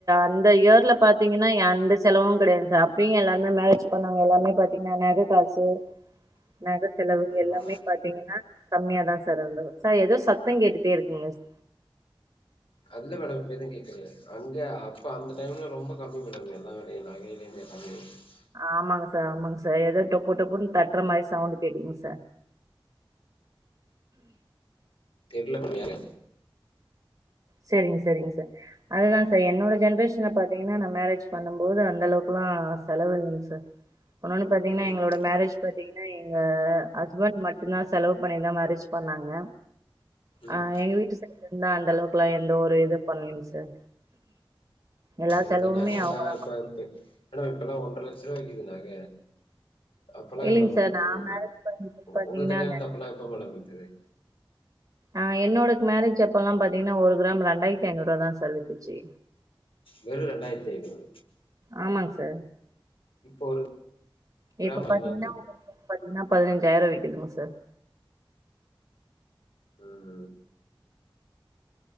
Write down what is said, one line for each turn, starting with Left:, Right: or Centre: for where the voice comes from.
Right: அந்த இயர்ல பாத்தீங்கன்னா அந்த செலவும் கிடையாது சார் அப்படியும் எல்லாருமே மேரேஜ் பண்ணாங்க எல்லாமே பாத்தீங்கன்னா நகை காசு நகை செலவு
Left: ம்
Right: எல்லாமே பாத்தீங்கன்னா கம்மியாதான் சார் வந்த சார் எதோ சவு சத்த கேட்டுட்டே இருக்குங் மிஸ்
Left: அதுதா மேடம் இப்ப எதும் கேட்கறது இல்லை அங்க அப்ப அந்த டைம்ல ரொம்ப கம்மி மேடம் எல்லா வேலையும் நகைய <unintelligible>
Right: ஆமாங்க சார் ஆமாங்க சார் ஏதோ டொப்பு டொப்புன்னு தட்ற மாரி சவுண்ட் கேக்குதுங் சார்
Left: தெரில <unintelligible>
Right: சேரிங்க சேரிங்க சார் அதுதான் சார் என்னோட ஜென்ரேஷன்ல பாத்தீங்கன்னா நான் மேரேஜ் பண்ணும் போது அந்த அளவுக்குலா செலவு இல்லங்க சார் உன்னொணு பாத்தீங்கன்னா
Left: ம்
Right: எங்களோட மேரேஜ் ப <unintelligible> எங்க ஹஸ்பண்ட் மட்டுதா செலவு பண்ணிதா மேரேஜ் பண்ணாங்க ஆ
Left: ம்
Right: எங்க வீட்டு <unintelligible> அந்தவு லா எந்த ஒரு இது பண்லைங் சார் எல்லா
Left: எந்த
Right: செலவுமே
Left: நகைல்லா
Right: அவுங்கதா
Left: இப்ப <unintelligible> இப்பல்லா ஒன்ற லட்ச ரூபா விக்குது நக அப்பெல்லா
Right: இல்லைங்க
Left: எவ்வளவு மேடம்
Right: சார்
Left: வித்துது
Right: நா மேரேஜ் பண்ணும்போது பாத்தீங்கன்னா
Left: உங்க கல்யாணத்து அப்ப எல்லா எப்ப மேடம் வித்துது
Right: ஆ என்னோடதூ மேரேஜ் அப்பல்லாம் பாத்தீங்கன்னா ஒரு கிராம் ரெண்டாயிரத்தி ஐநூறு ரூபா தான் சார் வித்துச்சு
Left: வெறு ரெண்டாயிரத்தி ஐநூறு
Right: ஆமாங் சார்
Left: இப்போ ஒரு கிராம்
Right: இப்ப பாத்தீங்கன்னா
Left: என்னன்னு தெரி
Right: உங்களுக்கு <unintelligible> ன்னா பதினஞ்சாயிரம் விக்கிதுங் சார்
Left: உம் உம்